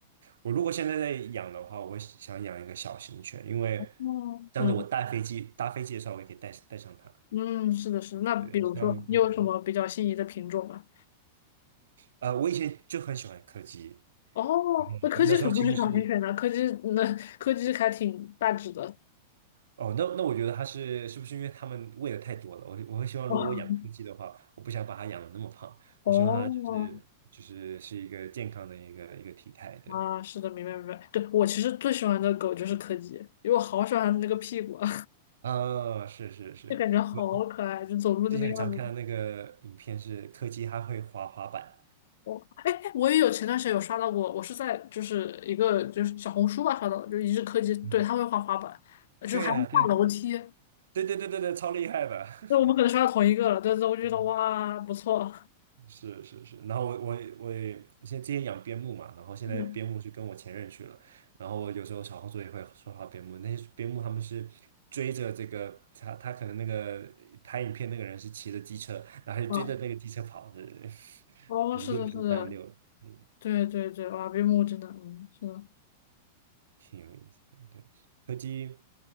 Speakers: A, on the right; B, on the left.
A: 我如果现在在养的话，我会想养一个小型犬，因为
B: 嗯嗯
A: 这样子我搭飞机搭飞机的时候，我也可以带带上它。
B: 嗯，是的，是的。那比如说，
A: 对，像嗯
B: 你有什么比较心仪的品种吗？
A: 呃，我以前就很喜欢柯基，
B: 哦，那柯基可不是小型犬呢，
A: 那时候其实是
B: 柯基那柯基还挺大只的。
A: 哦，那那我觉得它是是不是因为它们喂的太多了？我我会希望如果我养柯基的话，
B: <laughs> 哦
A: 我不想把它养的那么胖，
B: 哦
A: 我希望它就是就是是一个健康的一个一个体态。对，
B: 啊，是的，明白明白。对，我其实最喜欢的狗就是柯基，因为我好喜欢它的那个屁股啊，
A: 嗯，是是是，
B: <laughs> 就感觉好可爱，
A: 我
B: 就走路那个样子。
A: 之前常看到那个影片是柯基，它会滑滑板。
B: 我哎，我也有前段时间有刷到过，我是在就是一个就是小红书吧刷到的，就是一日科技，
A: 嗯，
B: 对，他会滑滑板，呃就还会下楼梯，
A: 对呀、对对对对对对，超厉害的。
B: 那我们可能刷到同一个了，
A: <laughs>
B: 但是我就觉得哇不错，
A: 嗯是是是，然后我我我也现在之前养边牧嘛，然后现在边牧是跟我前任去了，
B: 嗯
A: 然后我有时候小红书也会刷到边牧，那些边牧他们是追着这个他他可能那个拍影片那个人是骑着机车，然后就追着那个机车跑，
B: 啊，
A: 对对对，<laughs>
B: 哦是的是的，
A: 我们遛狗就这样遛，嗯。
B: 对对对，哇边牧真的嗯是的。
A: 挺有意思的。对，柯基，